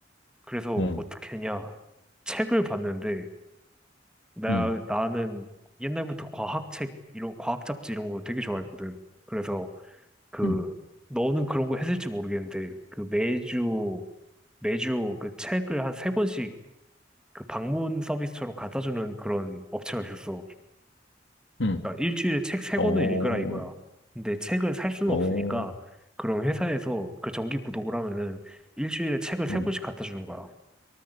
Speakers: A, in the centre; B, on the left.
A: 그래서
B: 응,
A: 어떻게 했냐. 책을 봤는데 나,
B: 응,
A: 나는 옛날부터 과학책, 이런, 과학 잡지 이런 거 되게 좋아했거든. 그래서 그,
B: 응,
A: 너는 그런 거 했을지 모르겠는데, 그 매주, 매주 그 책을 한 세 권씩 그 방문 서비스처럼 갖다 주는 그런 업체가 있었어.
B: 응.
A: 그러니까 일주일에 책 세
B: 어,
A: 권을 읽으라 이거야. 근데 책을 살 수는
B: 어,
A: 없으니까, 그런 회사에서 그 정기 구독을 하면은 일주일에 책을 세
B: 응.
A: 권씩 갖다 주는 거야.